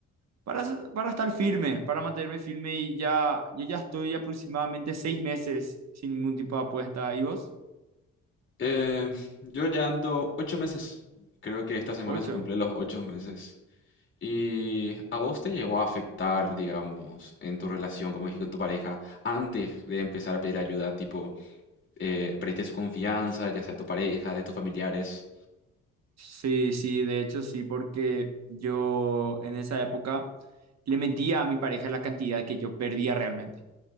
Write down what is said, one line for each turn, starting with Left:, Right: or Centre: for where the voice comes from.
Right: para, para estar firme, para mantenerme firme. Y ya, yo ya estoy aproximadamente seis meses sin ningún tipo de apuesta. ¿Y vos?
Left: Eh, yo ya ando ocho meses, creo que esta semana
Right: ¿Ocho?
Left: se cumplen los ocho meses ¿Y a vos te llegó a afectar, digamos, en tu relación, como dije, con tu pareja, antes de empezar a pedir ayuda, tipo, eh, perdiste su confianza, ya sea de tu pareja, de tus familiares?
Right: Sí, sí, de hecho sí, porque yo en esa época le mentía a mi pareja la cantidad que yo perdía realmente.